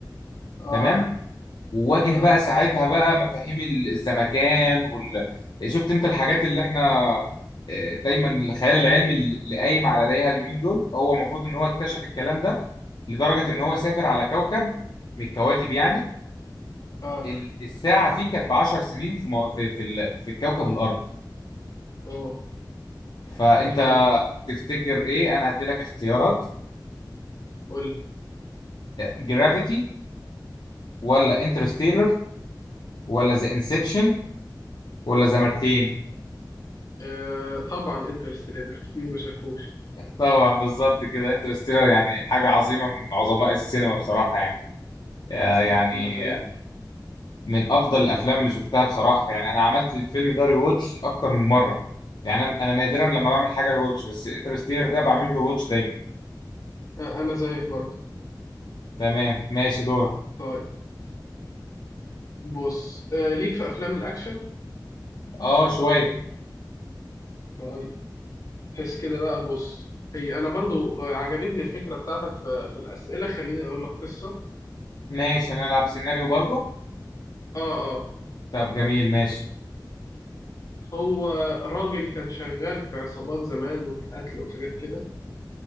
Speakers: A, on the left (about 50°); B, on the left (about 65°).
A: اه
B: تمام وواجه
A: اه
B: بقى ساعتها بقى مفاهيم ال- الزمكان وال... شفت انت الحاجات اللي احنا آه، دايما الخيال العلمي اللي قايم عليها اليومين دول هو المفروض ان هو اكتشف الكلام ده لدرجة ان هو سافر على كوكب من الكواكب يعني
A: اه
B: ال- الساعة فيه كانت ب 10 سنين في مو- في في, ال... في كوكب الأرض
A: اوه
B: فانت
A: حلو
B: تفتكر ايه انا هدي لك اختيارات
A: قول
B: جرافيتي ولا انترستيلر ولا ذا انسبشن ولا ذا مارتين
A: آه طبعا انترستيلر مين ما شافوش
B: طبعا بالظبط كده انترستيلر يعني حاجة عظيمة من عظماء السينما بصراحة يعني آه،
A: صح
B: يعني
A: ده حقيقي
B: من أفضل الأفلام اللي شفتها بصراحة يعني أنا عملت الفيلم ده ريواتش أكتر من مرة يعني أنا أنا نادرا لما بعمل حاجة ريواتش بس انترستيلر ده بعمل له ريواتش دايما
A: آه انا زيك برضه
B: تمام ماشي دورك
A: طيب بص آه، ليك في افلام الاكشن
B: أه شوية
A: طيب حس كده بقى بص هي انا برضو آه، عجبتني الفكره بتاعتك في, في الاسئله خليني اقول لك قصه
B: ماشي هنلعب سيناريو برضو
A: اه اه
B: طب جميل ماشي
A: هو راجل كان شغال في عصابات زمان وفي قتل وحاجات كده اه